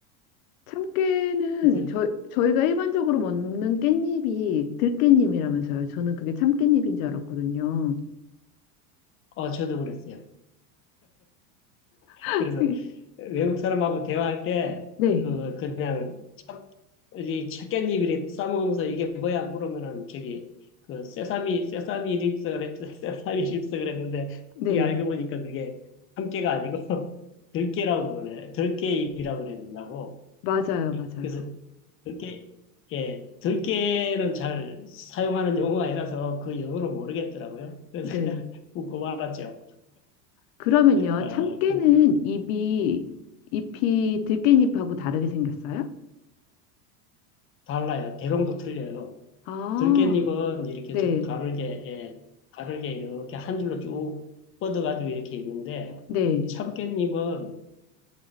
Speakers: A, on the left (about 65°); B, on the left (about 30°).
A: 참깨는
B: 그래서
A: 저, 저희가 일반적으로 먹는 깻잎이 들깻잎이라면서요. 저는 그게 참깻잎인 줄 알았거든요.
B: 어 저도 그랬어요.
A: <laughs>
B: 그래서 외국 사람하고 대화할 때
A: 네.
B: 그 그냥 참- 이 참깨잎이래 싸먹으면서 이게 뭐야 물으면은 저기 그 세사미 세사미 립스 그랬 <laughs> 세사미 립스 그랬는데
A: 네.
B: 그게 알고 보니까 그게 참깨가 아니고 <laughs> 들깨라고 그래 들깨잎이라고 그랬다고.
A: 맞아요. 맞아요.
B: 그래서 들깨, 예, 들깨는 잘 사용하는 용어가 아니라서 그 영어를 모르겠더라고요. 그래서
A: 네.
B: 그냥 <laughs> 웃고 말았죠.
A: 그러면요.
B: 아,
A: 참깨는
B: 그렇구나.
A: 잎이, 잎이 들깻잎하고 다르게 생겼어요?
B: 달라요. 대롱도 틀려요.
A: 아,
B: 들깨잎은 이렇게
A: 네.
B: 좀 가늘게, 예, 가늘게 이렇게 한 줄로 쭉 뻗어가지고 이렇게 있는데,
A: 네.
B: 참깨잎은